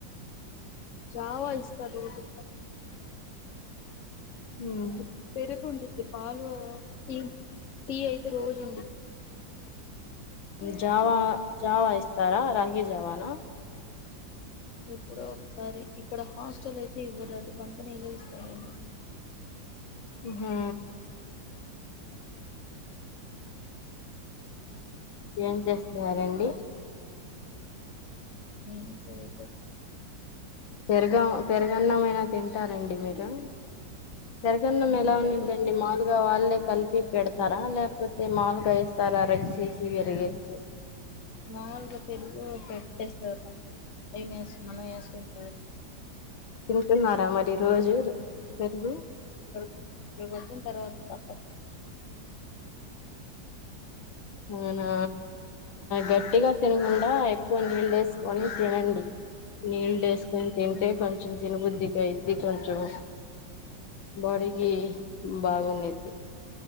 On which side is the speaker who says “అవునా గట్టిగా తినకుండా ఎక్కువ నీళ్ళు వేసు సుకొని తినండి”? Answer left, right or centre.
Left